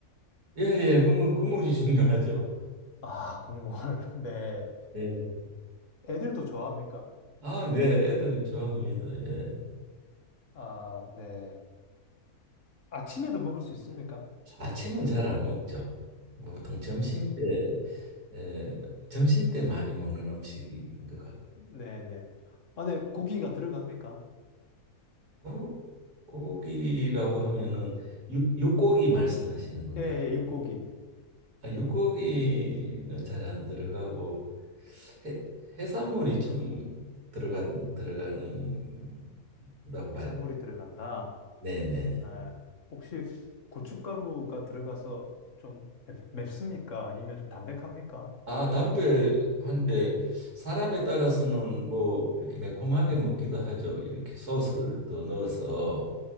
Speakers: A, on the right; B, on the left.
A: 예, 예, 국물, 국물이 <laughs> 중요하죠.
B: 아, 국물. <laughs> 네.
A: 예.
B: 애들도 좋아합니까?
A: 아, 네, 애들은 좋아합니다. 예.
B: 아, 네. 아침에도 먹을 수 있습니까?
A: 아침은 잘 안 먹죠. 보통 점심
B: 아침에.
A: 때, 예, 점심 때 많이 먹는 음식인 것 같고.
B: 네네. 안에 고기가 들어갑니까?
A: 고- 고기라고 하면은 육, 육고기 말씀하시는 건가요?
B: 예, 예, 육고기.
A: 아, 육고기는 잘 안 들어가고 해, 해산물이 좀 들어간 들어간다고 봐요.
B: 해산물이 들어간다.
A: 네네.
B: 예. 혹시 고춧가루가 들어가서 좀 맵, 맵습니까? 아니면 좀 담백합니까?
A: 아, 담배 한 대 사람에 따라서는 뭐 이렇게 매콤하게 먹기도 하죠. 이렇게 소스를 더 넣어서